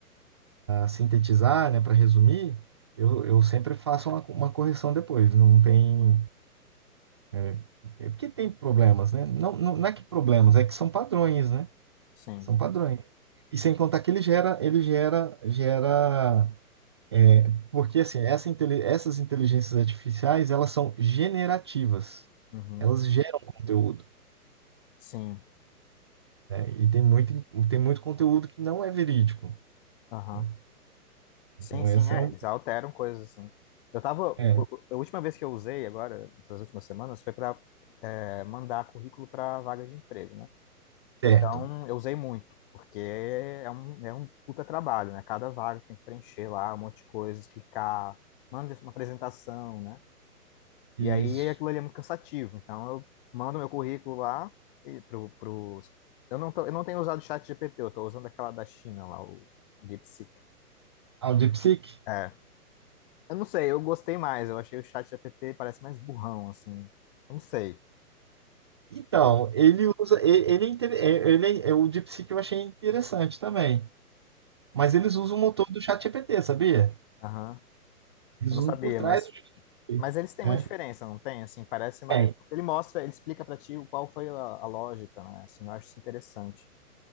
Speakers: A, on the right (about 20°); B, on the left (about 35°).
A: sintetizar, né, para resumir, eu, eu sempre faço uma, uma correção depois. Não tem, é, é porque tem problemas, né? Não, não, não é que problemas, é que são padrões, né?
B: sim,
A: São padrões. E sem contar que ele gera, ele gera, gera, é, porque assim, essa, intele- essas inteligências artificiais, elas são generativas.
B: uhum,
A: Elas geram conteúdo.
B: sim,
A: né? E tem muito, tem muito conteúdo que não é verídico.
B: aham,
A: né?
B: sim,
A: Então,
B: sim,
A: esse
B: é,
A: é um.
B: eles alteram coisas, assim. Eu tava, o-
A: É,
B: o- a última vez que eu usei agora, nas últimas semanas, foi para mandar currículo para vaga de emprego, né?
A: certo.
B: Então, eu usei muito, porque é um, é um puta trabalho, né? Cada vaga tem que preencher lá um monte de coisa, explicar, manda uma apresentação, né? E
A: Isso.
B: aí aquilo ali é muito cansativo. Então, eu mando meu currículo lá e pro, pro... Eu não tô, eu não tenho usado o chat GPT, eu tô usando aquela da China lá, o DeepSeek.
A: Ah, o DeepSeek?
B: É. Eu não sei, eu gostei mais. Eu achei o chat GPT parece mais burrão, assim. Eu não sei.
A: Então,
B: O-
A: ele usa. ele Ele, é inter- é- ele, é- é, o DeepSeek eu achei interessante também. Mas eles usam o motor do ChatGPT, sabia?
B: Aham.
A: Eles
B: Eu não
A: usam
B: sabia,
A: por trás
B: mas
A: do ChatGPT.
B: Mas eles têm
A: né?
B: uma diferença, não tem? Assim, parece mais.
A: Tem,
B: Porque Ele mostra, ele explica pra ti qual foi a, a lógica, né? Assim, eu acho isso interessante.